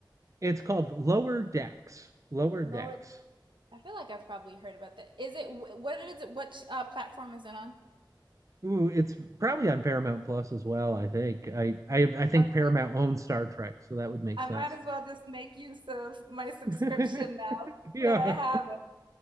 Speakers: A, on the right (about 40°); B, on the right (about 75°).
A: It's called Lower Decks. Lower
B: Lower
A: Decks.
B: I feel like I've probably heard about that. Is it what is it? What uh, platform is it on?
A: Ooh, it's probably on Paramount Plus as well. I think. I I, I think
B: Okay,
A: Paramount owns Star Trek, so that would make
B: I
A: sense.
B: might as well just make use of my subscription
A: <laughs>
B: now <laughs>
A: yeah.
B: that I have it.